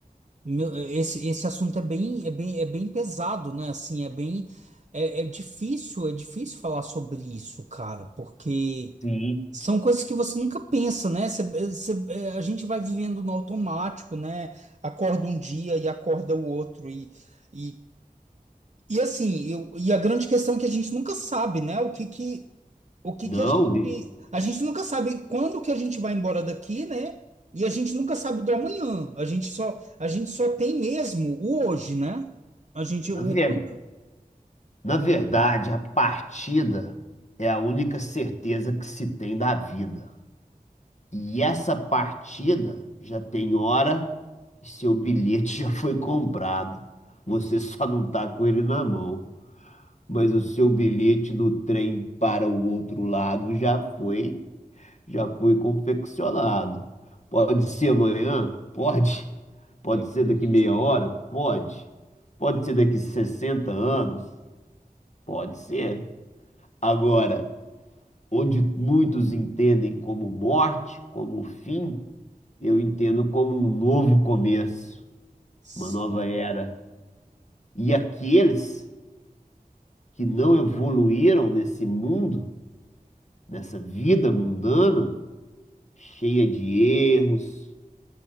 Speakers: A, on the right (about 50°); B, on the left (about 50°).
A: meu, esse, esse assunto é bem, é bem, é bem pesado, né? Assim, é bem, é, é difícil, é difícil falar sobre isso, cara, porque
B: Sim.
A: são coisas que você nunca pensa, né? Você- você- é, a gente vai vivendo no automático, né? Acorda um dia e acorda o outro e, e, e assim, eu, e a grande questão é que a gente nunca sabe, né? O que que o que
B: Não,
A: que a gente,
B: li-
A: a gente nunca sabe quando que a gente vai embora daqui, né? E a gente nunca sabe do amanhã. A gente só, a gente só tem mesmo o hoje, né? A gente,
B: na
A: o
B: verdade.
A: único.
B: Na verdade, a partida é a única certeza que se tem da vida. E essa partida já tem hora e seu bilhete <laughs> já foi comprado. Você só não tá com ele na mão. Mas o seu bilhete do trem para o outro lado já foi, já foi confeccionado. Pode ser amanhã? Pode. Pode
A: Eu
B: ser
A: acreditei.
B: daqui meia hora? Pode. Pode ser daqui 60 anos? Pode ser. Agora, onde muitos entendem como morte, como fim, eu entendo como um novo começo,
A: Sim.
B: uma nova era. E aqueles que não evoluíram nesse mundo, nessa vida mundana, cheia de erros,